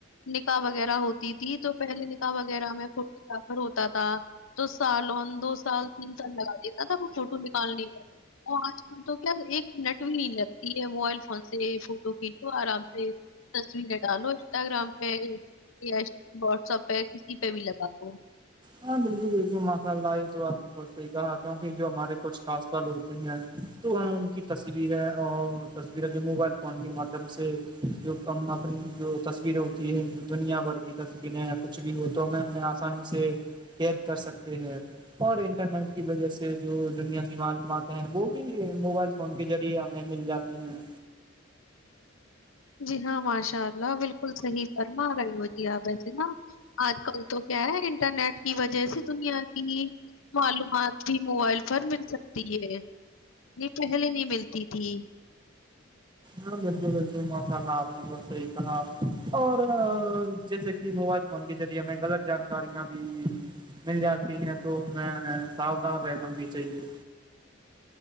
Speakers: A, on the left; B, on the right.
A: نکاح وغیرہ ہوتی تھی تو پہلے نکاح وغیرہ میں فوٹو گرافر ہوتا تھا تو سال اور دو سال تین سال لگا دیتا تھا وہ فوٹو نکالنے کا اور آج کل تو کیا ایک منٹ بھی نہیں لگتی ہے موبائل فون سے فوٹو کھینچو آرام سے تصویریں ڈالو انسٹاگرام پہ یا واٹسپ پہ کسی پہ بھی لگا دوو
B: ہاں بلکل بلکل ماشاء اللہ یہ تو آپ نے بہت صحیح کہا کیونکہ جو ہمارے کچھ خاص پل ہوتے ہیں تو ہم ان کی تصویریں اور تصویریں جو موبائل فون کے مادھیم سے جو کم اپنی جو تصویریں ہوتی ہے جو دنیا بھر کی تصویریں یا کچھ بھی ہو تو میںپ انی سے کیید کر سکتے ہیں <inaudible> اور انٹرنیٹ کی وجہ سے جو دنیا کی معلومات ہیں وہ بھی موبائل فون کے ذریعے ہمیں مل جاتی ہیں
A: جی ہاں ماشاء اللہ بالکل صحیح فرما رہے ہو جی آپ ویسے نا آج کل تو کیا ہے انٹرنیٹ کی وجہ سے دنیا کی ہی معلومات بھی موبائل پر مل سکتی ہے یہ پہلے نہیں ملتی تھی
B: ہاں بلکل بلکل ماشاء اللہ آپ نے بہت صحیح کہا اور جیسے کہ موبائل فون کے ذریعے ہمیں غلط جانکاریاں بھی مل جاتی ہیں تو ہمیں ساؤدان رہنا بھی چاہیے